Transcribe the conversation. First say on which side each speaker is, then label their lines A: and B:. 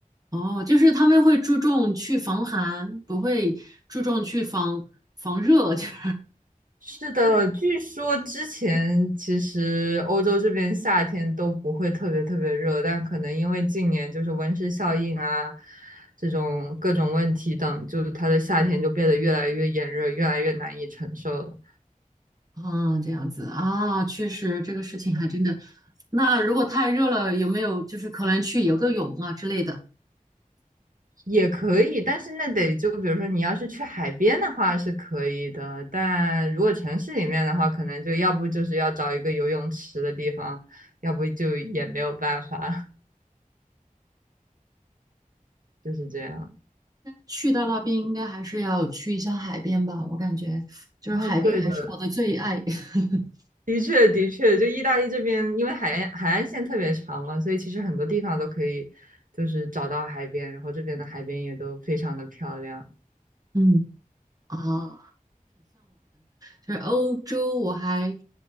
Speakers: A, on the right; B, on the right.
A: 哦，就是他们会注重去防寒，不会注重去防防热，<laughs> 就是
B: 是的，据说之前其实欧洲这边夏天都不会特别特别热，但可能因为近年就是温室效应啊，这种各种问题等，就是它的夏天就变得越来越炎热，越来越难以承受了。
A: 啊，这样子啊，确实这个事情还真的。那如果太热了，有没有就是可能去游个泳啊之类的？
B: 也可以，但是那得就比如说你要是去海边的话是可以的，但如果城市里面的话，可能就要不就是要找一个游泳池的地方，要不就也没有办法，<laughs> 就是这样。
A: 去到那边应该还是要去一下海边吧，我感觉就是海边还是我的最爱。
B: 啊，对的，
A: <laughs>
B: 的确的确，就意大利这边，因为海岸海岸线特别长嘛，所以其实很多地方都可以，就是找到海边，然后这边的海边也都非常的漂亮。
A: 嗯啊。就是欧洲，我还